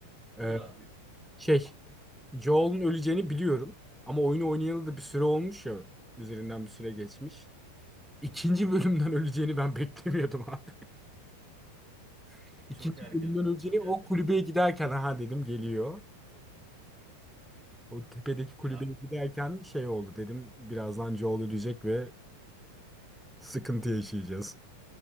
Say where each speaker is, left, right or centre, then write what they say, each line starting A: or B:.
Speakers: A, in the centre; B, on the right.
A: Ee,
B: Buyur abi buyur.
A: şey, Joel'un öleceğini biliyorum. Ama oyunu oynayalı da bir süre olmuş ya. Üzerinden bir süre geçmiş. İkinci bölümden öleceğini ben beklemiyordum abi. <laughs> İkinci
B: Çok erken
A: bölümden
B: öldü,
A: öleceğini
B: çok erken
A: o kulübeye
B: öldü.
A: giderken ha dedim geliyor. O tepedeki kulübeye
B: Ya
A: giderken şey oldu dedim birazdan Joel ölecek ve sıkıntı yaşayacağız.